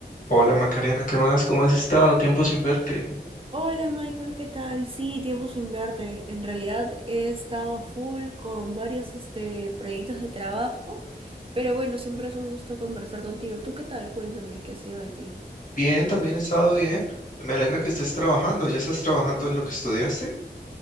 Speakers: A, on the left (about 50°); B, on the right (about 30°).
A: Hola Macarena, ¿qué más? ¿Cómo has estado? Tiempo sin verte.
B: Hola Michael, ¿qué tal? Sí, tiempo sin verte. En realidad he estado a full con varios este, proyectos de trabajo, pero bueno, siempre es un gusto conversar contigo. ¿Tú qué tal? Cuéntame, ¿qué ha sido de ti?
A: Bien, también he estado bien. Me alegra que estés trabajando. ¿Ya estás trabajando en lo que estudiaste?